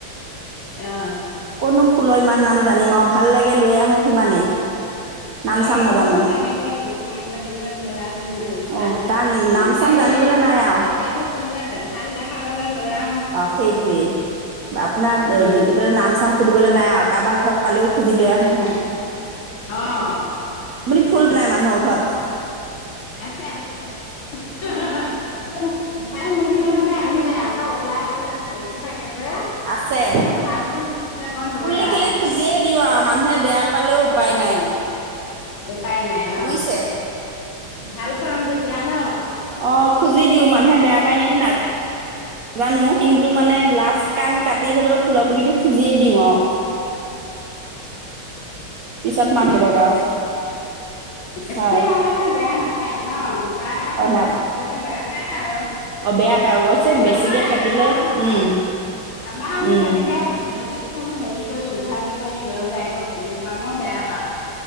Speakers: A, on the left; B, on the right.
A: অহ ',
B: মো ফুলৰ ইমান নাম জানিম আও ভাল লাগে লৈ আহো সিমানেই নাম
A: অহ
B: চাম নাজানো
A: ', ময়ও তেনেকে ভাল লাগিলে। লৰা শুন হেৰি পৰা
B: অঁ তাৰ নাম
A: এই
B: চাম
A: চাৰিআলি
B: জানিবলৈ
A: -চাৰিআলিত
B: নাই আৰু
A: গলে ভাল দেখা পালে লৰা
B: অহ ', সেইটোৱে আপোনাৰ
A: উম
B: যতে ততে নাম চাম সুধিব লাগ নাই আও কাবা ঘৰত পালেও খুজি
A: সুধিবলে
B: লৈ আহোঁ
A: নাই অহ ',
B: আপুনি ফুল প্লাই মানুহৰ ঘৰত <unintelligible>
A: আছে - আছে হহ', হা - হা ভাল লাগিলে মানে আনোয়ে আকৌ ওলাই গলে। বেছিভাগ থাকে যে
B: আছে
A: এ ভাল ফুল দেখিলে। মই লৈয়ে
B: ফুল দেখিলে
A: আহো
B: খুজিয়ে দিওঁ আৰু মানুহে বেয়া পালেও উপায়
A: উম
B: নাই।
A: উপায় নাই অহ
B: বুজিছে
A: ', ভাল পাাম যেতিয়া ন
B: অ খুজি দিওঁ মানুহে বেয়া পায় নেকি নাজান নাজানো কিন্তু মানে লাষ্ট কাণ কাটি হ'লেও। ফুলপুলিটো খুজিয়ে দিওঁ আৰু পিছত
A: উম
B: মা হেককে
A: অ',
B: আৰু
A: বেছি
B: হয়
A: হ'লে বাৰু বেয়া নাপায় ন তা এটা
B: অ
A: থাকিলে
B: না
A: খুচিলে বেয়া পায় আৰু
B: অ বেয়া পায় অৱশ্যে
A: এই
B: বেছিকে
A: নহয়
B: থাকিলে
A: আমাৰো নহয়
B: উম
A: আমাৰও ম
B: উম
A: তেনেকে যদি। ফুল হেৰি কৰি উভালি কৰি লৈ যায়গৈ পুলি সো মই বেয়া পাও।